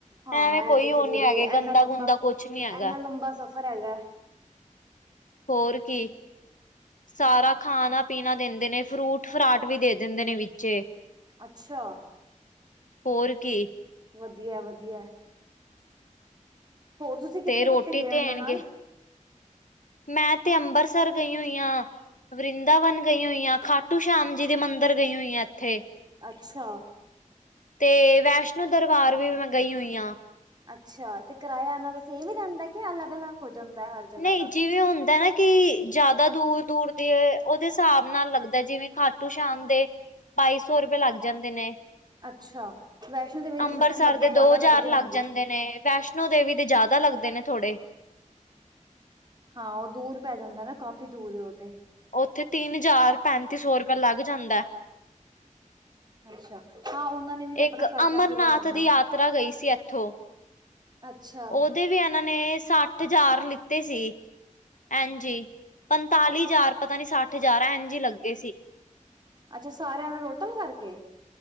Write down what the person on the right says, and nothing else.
ਹਾਂ,
ਐ ਤੇ ਜ਼ਰੂਰੀ
ਏ
ਐਨਾ ਲੰਬਾ-ਐਨਾ
ਲੰਬਾ ਸਫ਼ਰ ਹੈਗਾ।
ਅੱਛਾ।
ਵਧੀਆ-ਵਧੀਆ ਐ। ਹੋਰ ਤੁਸੀਂ ਕਿੱਥੇ-ਕਿੱਥੇ
ਗਏ
ਓ ਓਨਾਂ ਨਾਲ?
ਅੱਛਾ
ਅੱਛਾ, ਤੇ ਕਰਾਇਆ ਐਨਾਂ ਦਾ ਸੇਮ ਈ ਰੈੰਦਾ ਕੇ ਅਲੱਗ-ਅਲੱਗ ਹੋ ਜਾਂਦਾ। ਹਰ ਜਗ੍ਹਾ
ਦਾ
ਅੱਛਾ ਵੈਸ਼ਨੋ ਦੇ ਵਿੱਚ
ਤਾਂ ਮੈਨੂੰ ਲੱਗਦਾ
ਜ਼ਿਆਦਾ
ਲੱਗਦੇ ਹੋਣਗੇ
ਹਾਂ, ਓ ਦੂਰ ਪੈ ਜਾਂਦਾ ਨਾ ਕਾਫ਼ੀ ਦੂਰ ਓ ਤੇ
ਅੱਛਾ, ਹਾਂ ਓਨਾਂ ਨੇ ਵੀ ਤੇ ਆਪਣਾ
ਖਰਚਾ
ਪੂਰਾ ਕਰਨਾ
ਹੈ।
ਅੱਛਾ
ਅੱਛਾ, ਸਾਰੇਆਂ ਨੂੰ ਰੋਟਲ ਕਾਰਕੇ।